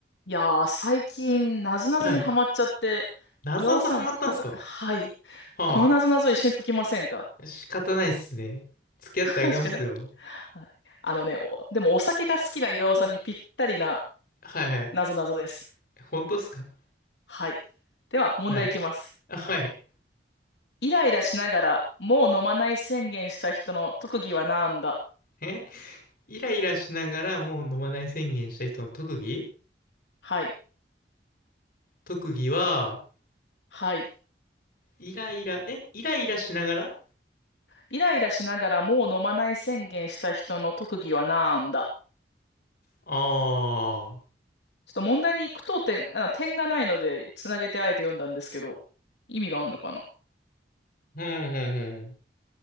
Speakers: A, on the left; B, on the left.
A: いやー、最近、なぞなぞにハマっちゃって、
B: はい。なぞなぞハマったんすか
A: 岩尾さん、こ、はい。
B: は
A: このなぞなぞ一緒に解きませんか
B: あ。仕方ないっすね。付き合ってあげますよ。
A: <laughs> 確かに <laughs>。はい。あのね、お、でもお酒が好きな岩尾さんにぴったりな
B: はいはい。
A: なぞなぞです。
B: 本当っすか
A: はい。では、問題いきます。
B: はい。あ、はい。
A: イライラしながら、もう飲まない宣言した人の特技はなんだ
B: えイライラしながらもう飲まない宣言した人の特技
A: はい。
B: 特技は、
A: はい。
B: イライラ、えイライラしながら
A: イライラしながら、もう飲まない宣言した人の特技はなんだ
B: ああー。
A: ちょっと問題に句読点、あ、点がないので、つなげてあえて読んだんですけど、意味があるのかな
B: うんうんうん。